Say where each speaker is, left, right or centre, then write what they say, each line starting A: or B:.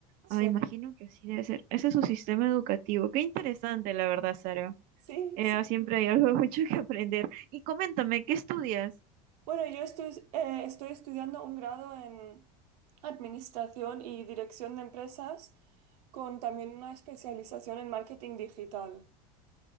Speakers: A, on the right; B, on the right.
A: Sí,
B: Ah, imagino que así debe ser. Ese es su sistema educativo. Qué interesante, la verdad, Sara.
A: sí,
B: Eh,
A: sí.
B: siempre
A: sí.
B: hay algo <laughs> mucho que aprender. Y coméntame, ¿qué estudias?
A: Bueno, yo estoy, eh, estoy estudiando un grado en administración y dirección de empresas. con también una especialización en marketing digital.